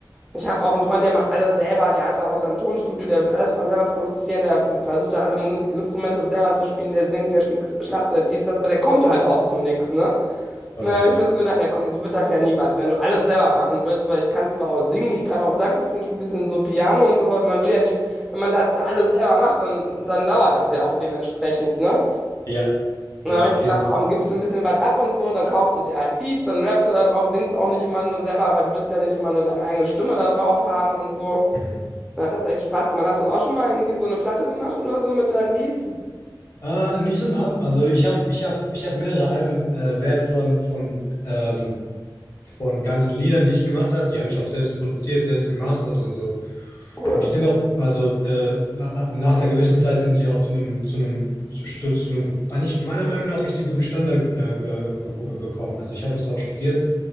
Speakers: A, in the centre; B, on the left.
A: ich habe auch einen Freund, der macht alles selber, der hat da auch sein Tonstudio, der will alles mal selber produzieren, der versucht da alle Musikinstrumente selber zu spielen, der singt, der spielt Schlagzeug, dies, das, aber der kommt halt auch zu nichts, ne?
B: Ah,
A: Na, habe ich mir so gedacht, ja komm, so wird das ja nie was, wenn du alles selber machen willst, weil ich kann zwar auch singen, ich kann auch Saxophon spielen, ein bisschen so Piano und so, aber man will ja nicht, wenn man das da alles selber macht, dann, dann dauert das ja auch dementsprechend, ne?
B: ja,
A: Und
B: ja,
A: dann habe
B: auf
A: ich mir
B: jeden
A: gedacht, komm, gibst du ein bisschen was ab und so, dann kaufst du dir halt Beats, dann rappst du da drauf, singst auch nicht immer nur selber, weil du willst ja nicht immer nur deine eigene Stimme da drauf haben und so.
B: Fall.
A: Dann hat das echt Spaß gemacht. Hast du auch schon mal irgendwie so eine Platte gemacht oder so mit deinen Beats?
B: Äh, nicht so ein Album. Also ich habe ich hab, ich hab mehrere Alben äh, wert von, von, ähm, von ganzen Liedern, die ich gemacht habe. Die habe ich auch selbst produziert, selbst gemastert und so.
A: Cool.
B: Und die sind auch, also äh, ab- nach einer gewissen Zeit sind sie auch zu einem, zu einem, zu, zu einem eigentlich meiner Meinung nach richtig guten Standard äh, äh, gew- gekommen. Also ich habe das auch studiert.